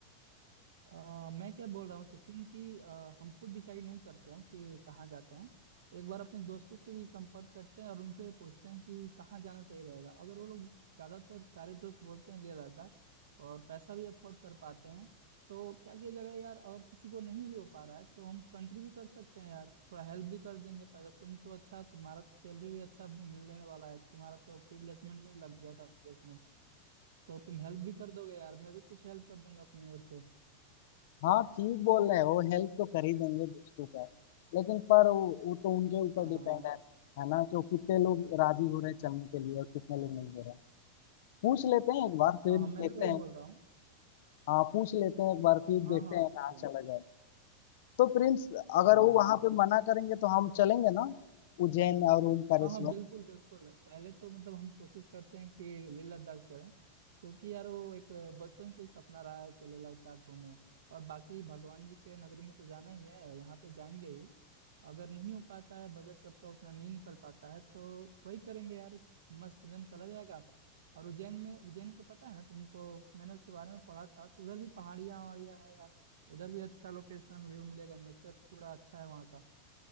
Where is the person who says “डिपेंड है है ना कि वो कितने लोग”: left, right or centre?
Left